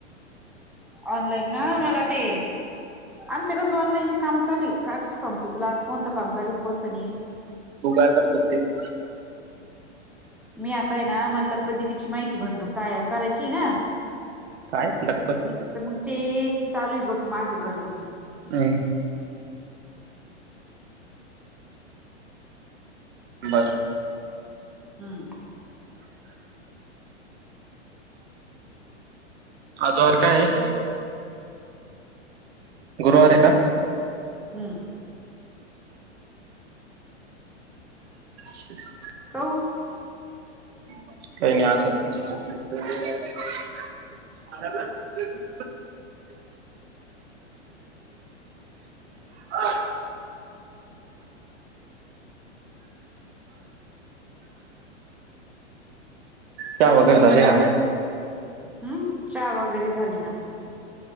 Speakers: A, in the centre; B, on the right.
A: ऑनलाईन ना मला ते आमच्याकड ऑनलाईनची काम चालू का. सांगतो तुला कोणतं काम चालून कोणतं नाही.
B: तू काय करत होतीस?
A: मी आताय ना मला लखपत दिदीची माहिती भरण करायची ना.
B: काय लखपती
A: तर मग ते चालूय बघ माझं करणं.
B: नाही बरं
A: हम्म
B: आज वार काय आहे? गुरुवार आहे का?
A: हम्म
B: हम्म
A: काऊ.
B: काही नाही असच. हा चहा वगैरे झाल्या.
A: हम्म चहा वगैरे झाली ना.